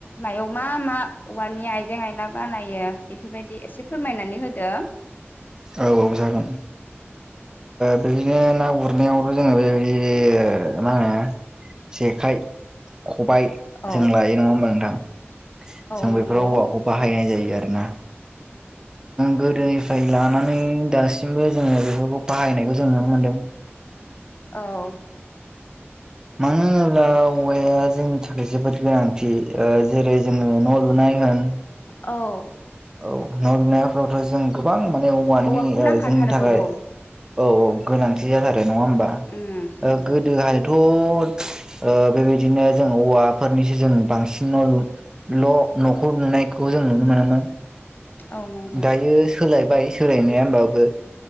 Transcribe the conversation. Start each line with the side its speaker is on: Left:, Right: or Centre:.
Left: मायाव मा मा औवानि आइजें आइला बानायो बेफोरबायदि एसे फोरमायनानै होदो
Right: औ औ जागोन बिदिनो ना गुरनायावथ' जोंङो बेबायदि मा होनो जेखाइ खबाय
Left: औ
Right: जों लायो नंङा होमबा नोंथां जों
Left: औ नंगौ
Right: बेफोराव औवाखौ बाहायनाय जायो आरो ना
Left: <inaudible>
Right: गोदोनिफ्राय लानानै दासिमबो जोङो बेफोरखौ बाहायनायखौ जों नुनो मोनदों।
Left: औ
Right: मानो होनोब्ला औवाया जोंनि थाखाय जोबोद गोनांथि जेरै जोंङो न' लुनाय होन
Left: औ
Right: औ न' बिनायफोरावथ' जों गोबां माने औवानि
Left: औवाखौ नांखाथारगौ
Right: जोंनि थाखाय
Left: औ
Right: औ औ गोनांथि जाथारो नंङा होमबा
Left: उम नंगौ
Right: गोदोहाय थ' बेबायदिनो जों औवाफोरनिसो जों बांसिन न' लु न' न'खौ लुनायखौ जों नुनो मोनोमोन
Left: औ नंगौ
Right: दायो सोलायबाय सोलायनाया होमबाबो